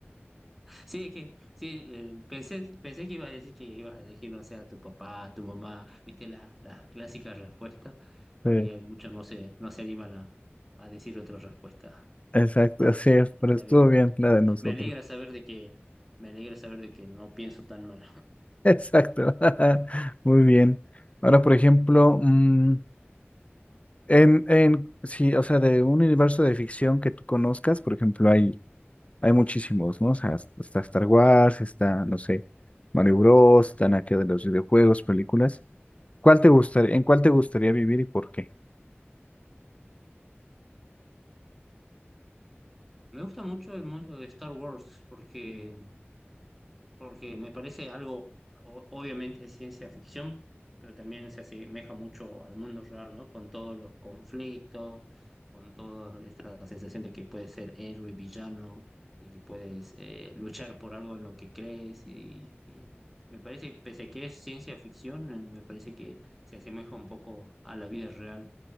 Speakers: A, in the centre; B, on the left.
A: Sí, es que sí, eh, pensé, pensé que ibas a decir que ibas a elegir, no sé, a tu papá, a tu mamá, viste las las clásicas respuestas. Por
B: Sí,
A: ahí hay muchos no se, no se animan a, a decir otra respuesta.
B: exacto,
A: Así
B: así
A: que
B: es,
A: está
B: pero estuvo
A: bien.
B: bien la de nosotros.
A: Me alegra saber de que, me alegra saber de que no pienso tan mal.
B: <laughs> Exacto, <laughs> muy bien. Ahora, por ejemplo, mm, En, en, sí, o sea, de un universo de ficción que tú conozcas, por ejemplo, hay, hay muchísimos, ¿no? O sea, está Star Wars, está, no sé, Mario Bros, están aquí de los videojuegos, películas. ¿Cuál te gustaría, en cuál te gustaría vivir y por qué?
A: Me gusta mucho el mundo de Star Wars porque porque me parece algo, o- obviamente es ciencia ficción, pero también se asemeja mucho al mundo real, ¿no? Con todos los conflictos, con toda esta sensación de que puedes ser héroe, villano, de que puedes eh, luchar por algo en lo que crees. Y, y me parece, pese que es ciencia ficción, eh, me parece que se asemeja un poco a la vida real